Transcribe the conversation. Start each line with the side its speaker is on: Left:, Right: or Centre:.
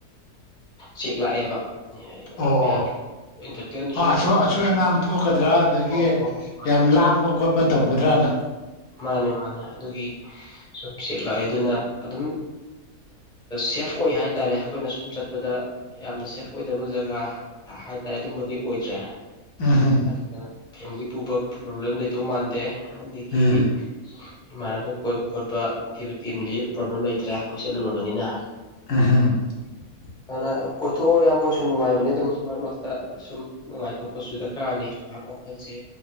Centre: ꯆꯦꯛ ꯂꯥꯛꯑꯦꯕ꯫
Left: ꯑꯣ
Centre: ꯃꯌꯥꯝ
Left: ꯑꯣ
Centre: ꯑꯟꯇꯔꯇꯦꯟ ꯁꯨꯝ
Left: ꯑꯥ ꯑꯁꯣꯏ ꯑꯁꯣꯏ
Centre: ꯑꯣꯏ
Left: ꯑꯉꯥꯝ ꯊꯣꯛꯀꯗ꯭ꯔꯥ
Centre: ꯎꯝ
Left: ꯑꯗꯒꯤ
Centre: ꯍꯣ ꯍꯣ ꯍꯣ ꯍꯣ ꯍꯣꯏ
Left: ꯌꯥꯝ
Centre: ꯫
Left: ꯂꯥꯡꯕ ꯈꯣꯠꯄ ꯇꯧꯒꯗ꯭ꯔꯥꯅ
Centre: ꯃꯥꯅꯦ ꯃꯥꯅꯦ ꯑꯗꯨꯒꯤ ꯁꯨꯝ ꯁꯦꯛ ꯂꯥꯛꯑꯦꯗꯅ ꯑꯗꯨꯝ ꯁꯦꯐ ꯑꯣꯏ ꯍꯥꯏꯇꯥꯔꯦ ꯑꯩꯈꯣꯏꯅ ꯁꯨꯝ ꯆꯠꯄꯗ ꯌꯥꯝꯅ ꯁꯦꯐ ꯑꯣꯏꯗꯕ ꯖꯒꯥ ꯍꯥꯏꯇꯥꯔꯦ ꯑꯗꯨꯝꯕꯗꯤ ꯑꯣꯏꯗ꯭ꯔꯦ꯫
Left: ꯎꯝ
Centre: ꯑꯗꯨꯅ ꯐꯦꯃꯤꯂꯤ ꯄꯨꯕ ꯄ꯭ꯔꯣꯕ꯭ꯂꯦꯝ ꯂꯩꯗꯧ ꯃꯥꯟꯗꯦ꯫
Left: ꯎꯝ
Centre: ꯏ ꯏꯃꯥꯟꯅꯕ ꯀꯣꯏꯄ ꯈꯣꯠ ꯄ <unintelligible> ꯗꯤ ꯄ꯭ꯔꯣꯕ꯭ꯂꯦꯝ ꯂꯩꯇ꯭ꯔꯦ ꯑꯩꯈꯣꯏ ꯆꯠꯂꯨꯔꯕꯅꯤꯅ꯫
Left: <unintelligible>
Centre: ꯑꯗꯨꯅ ꯀꯣꯏꯊꯣꯛꯑꯣ ꯏꯌꯥꯝꯕ ꯍꯣꯢꯁꯨ ꯅꯨꯡꯉꯥꯏꯕꯅꯤ ꯑꯗꯨꯝ ꯃꯔꯛ ꯃꯔꯛꯇ ꯑ ꯁꯨꯝ ꯅꯨꯡꯉꯥꯏꯊꯣꯛꯄꯁꯨ ꯗꯔꯀꯥꯔꯅꯤ꯫ ꯉꯍꯥꯛ ꯋꯥꯈꯜꯁꯦ